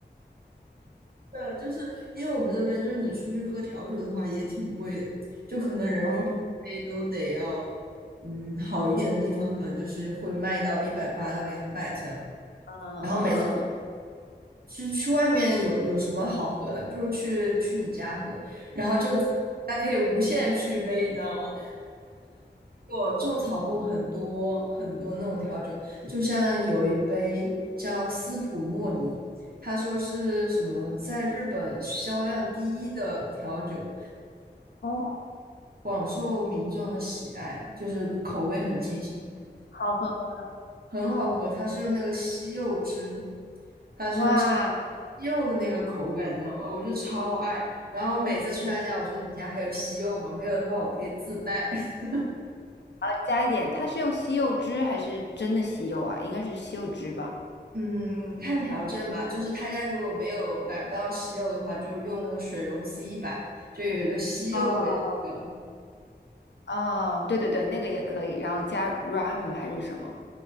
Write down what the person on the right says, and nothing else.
呃，就是因为我们这边就是你出去喝调酒的话也挺贵的，就可能人民币一杯都得要，
嗯，好一点的地方可能就是会卖到一百八到两百这样。
然后每次去去外面有有什么好喝的，不如去去你家喝，然后就还可以无限续杯，你知道吗？种草过很多很多那种调酒，就像有一杯叫斯普莫尼，他说是什么在日本销量第一的调酒，
广受民众的喜爱，就是口味很清新，
很好喝。它是用那个西柚汁，它是用西
柚的那个口感，你知道吗？我就超爱。然后每次去他家，我说你家还有西柚吗？没有的话，我可以自带。<laughs>
嗯，看条件吧，就是他家如果没有买不到西柚的话，就用那个水溶 C 一百，就有一个西柚味的那个，